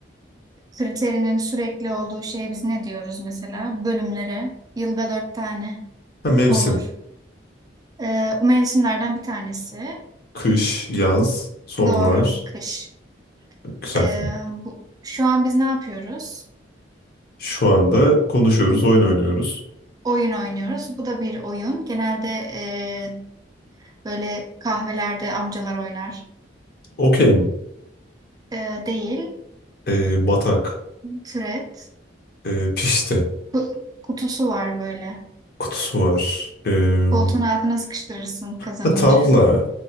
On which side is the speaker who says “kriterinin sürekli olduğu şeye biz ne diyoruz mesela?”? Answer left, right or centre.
Right